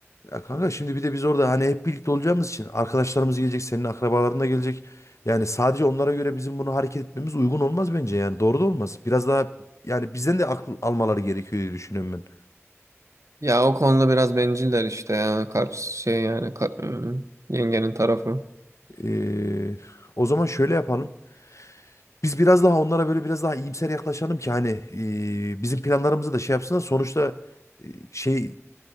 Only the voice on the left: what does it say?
Ya kanka şimdi bir de biz orada hani hep birlikte olacağımız için arkadaşlarımız gelecek, senin akrabaların da gelecek. Yani sadece onlara göre bizim bunu hareket etmemiz uygun olmaz bence yani. Doğru da olmaz. Biraz daha yani bizden de akıl almaları gerekiyor diye düşünüyorum ben.
Ee, o zaman şöyle yapalım. Biz biraz daha onlara böyle biraz daha iyimser yaklaşalım ki hani e, bizim planlarımızı da şey yapsınlar. Sonuçta e, şey